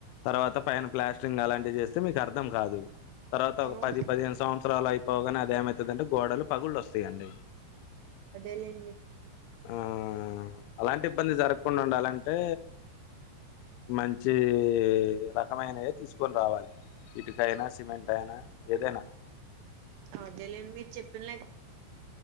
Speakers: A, on the left; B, on the right.
A: తర్వాత పైన ప్లాస్టింగ్ అలాంటివి చేస్తే మీకు అర్థం కాదు తర్వాత ఒక
B: అవునా
A: పది పదిహేను సంవత్సరాలు అయిపోగానే అదేమవుతుందంటే గోడలు పగుళ్ళు వస్తాయండి
B: అదేలేండి
A: ఆ అలాంటి ఇబ్బంది జరగకుండా ఉండాలంటే మంచి రకమైనవే తీసుకొని రావాలి ఇటుకైనా సిమెంట్ అయినా ఏదైనా
B: అదేలేండి మీరు చెప్పిన